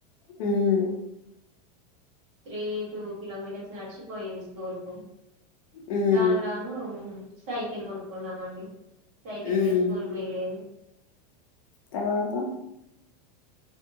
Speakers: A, on the left; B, on the right.
A: మ్మ్
B: త్రీ టూ కిలోమీటర్స్ నడిచిపోయేది స్కూల్ కు
A: హ్మ్
B: రాను రాను సై కిల్లు కొనుక్కున్నామండి సైకిల్
A: హ్మ్
B: మీద స్కూల్కు వెళ్ళేది
A: తర్వాత